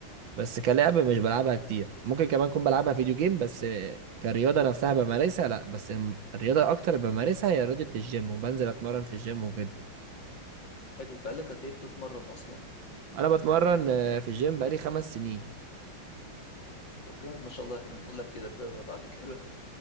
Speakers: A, on the right; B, on the left.
A: بس كلعب مش بلعبها كتير ممكن كمان اكون بلعبها فيديو جيم بس آه، كرياضة نفسها بمارسها لا بس الرياضة اكتر بمارسها هي رياضة الجيم وبنزل اتمرن في الجيم وكده
B: حلو بقالك قد ايه بتتمرن اصلا
A: انا بتمرن آه، في الجيم بقالي خمس سنين
B: طب جامد ما شاء الله احنا نقول لك كده بقى بقى بعد كده